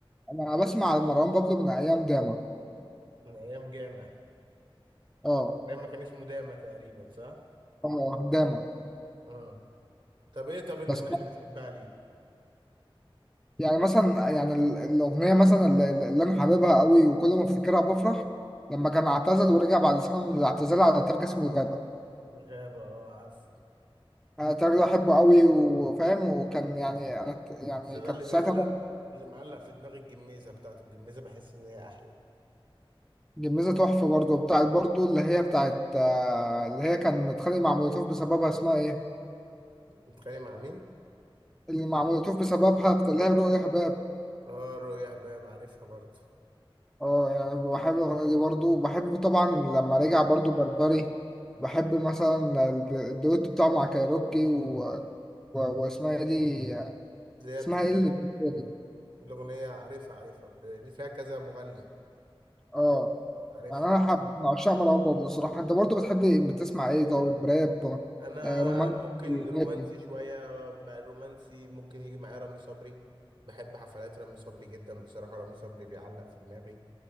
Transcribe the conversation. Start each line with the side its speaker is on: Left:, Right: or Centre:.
Centre: انا بسمع مروان بابلو من ايام داما
Right: من ايام جامع
Centre: اه
Right: لما كان اسمه داما تقريبا صح
Centre: اه داما
Right: اه طب ايه طب الاغنية
Centre: بس
Right: اللي بتحبها ليه
Centre: يعني مثلا يعني ال- الاغنيه مثلا اللي, اللي انا حاببها قوي وكل ما افتكرها بفرح لما كان اعتزل ورجع بعد سنه من الاعتزال على ترك اسمه الغابه
Right: غابة اه عارفه
Centre: انا التراك ده بحبه قوي وفاهم وكان يعني انا يعني
Right: بس انا
Centre: كان
Right: اللي
Centre: ساعتها
Right: بيعلق اللي معلق في دماغي الجميزة بتاعته الجميزة بحس ان هي احلى
Centre: جميزة تحفة برضو بتاعت برضو اللي هي بتاعت آه، اللي هي كان متخانق مع مولوتوف بسببها اسمها ايه؟
Right: متخيل مع مين
Centre: اللي مع مولوتوف بسببها بتاع اللي هي رؤيا حباب
Right: اه رؤيا هباب عارفها برضه
Centre: اه يعني بحب الأغنية دي برضو وبحب طبعا لما رجع برضو بربري بحب مثلا الد- الدويتو بتاعه مع كايروكي و... و... واسمها ايه دي
Right: اللي هي
Centre: اسمها
Right: بتتكلم
Centre: ايه اللي بتقولي؟
Right: الأغنية عارفها عارفها بت- اللي فيها كذا مغني
Centre: اه
Right: عارف
Centre: يعني انا حب من عشاق مروان بابلو الصراحة انت برضو بتحب إيه؟ بتسمع ايه طيب راب
Right: أنا
Centre: آه، رومانسي
Right: ممكن
Centre: الحاجات
Right: رومانسي
Centre: دي
Right: شوية ب- رومانسي ممكن يجي معايا رامي صبري بحب حفلات رامي صبري جدا بصراحة رامي صبري بيعلق في دماغي